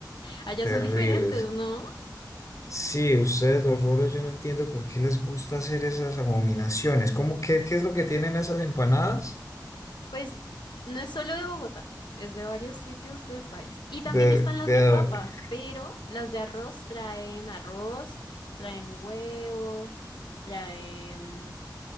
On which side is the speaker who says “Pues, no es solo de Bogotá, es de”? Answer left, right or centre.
Left